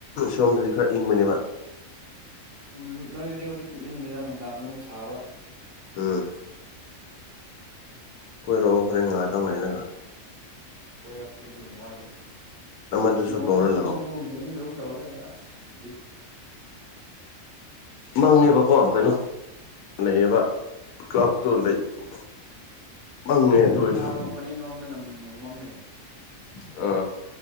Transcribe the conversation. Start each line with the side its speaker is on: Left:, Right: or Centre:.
Left: ꯁꯣꯝꯗꯗꯤ ꯈꯔ ꯏꯪꯕꯅꯦꯕ
Right: ꯎ ꯅꯣꯏꯗꯗꯤ ꯍꯧꯖꯤꯛꯇꯤ ꯏꯪꯕꯅꯤꯅ ꯅꯨꯡꯗꯥꯡꯗ ꯑꯃꯨꯛ ꯁꯥꯕ
Left: ꯍꯥꯥ ꯀꯣꯏ ꯔꯣ ꯍꯔꯉ ꯇ ꯃꯔ
Right: ꯀꯣꯏꯔꯛꯀꯦ ꯑꯗꯨꯒꯤ ꯋꯥꯗꯤ
Left: ꯑꯃꯗꯨꯁꯨ
Right: ꯅꯣꯡꯁꯨ
Left: ꯀꯧꯔ
Right: ꯆꯨꯅꯤꯡꯕꯒꯨꯝ
Left: ꯂꯥꯛꯑꯣ
Right: ꯆꯨꯅꯤꯡꯗ ꯑꯗꯨꯨꯝ ꯇꯧꯔ ꯂꯩꯦ ꯑꯁ <inaudible>
Left: ꯃꯪꯉꯦꯕꯀꯣ ꯀꯩꯅꯣ ꯂꯩꯌꯦꯕ ꯀ꯭ꯂꯞꯇꯨ
Right: ꯎꯝ
Left: ꯂꯩ <unintelligible> ꯑꯗꯨ ꯑꯣꯏꯔꯁꯨ
Right: ꯑꯥꯔꯣꯝ ꯃꯅꯤꯡꯔꯣꯝꯗꯅꯝ ꯅꯣꯡꯃꯝꯃꯦ
Left: ꯑ